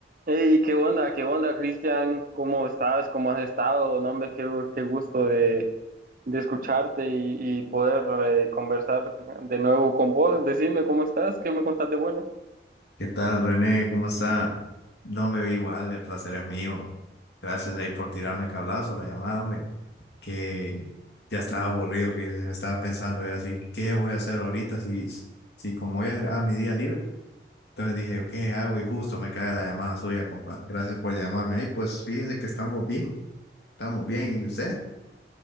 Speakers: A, on the right; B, on the left.
A: Hey, ¿qué onda? ¿Qué onda, Cristian? ¿Cómo estás? ¿Cómo has estado? No, hombre, qué, qué gusto de, de escucharte y, y poder eh, conversar de nuevo con vos. Decime, ¿cómo estás? ¿Qué me contás de bueno?
B: ¿Qué tal, René? ¿Cómo está? No, hombre, igual, el placer es mío. Gracias ahí por tirarme el cablazo, la llamada, hombre. Que ya estaba aburrido, fíjese, me estaba pensando yo así, ¿qué voy a hacer ahorita si, si como hoy era mi día libre? Entonces dije, ¿qué hago? Y justo me cae la llamada suya, compa. Gracias por llamarme ahí. Pues fíjese que estamos bien, estamos bien. ¿Y usted?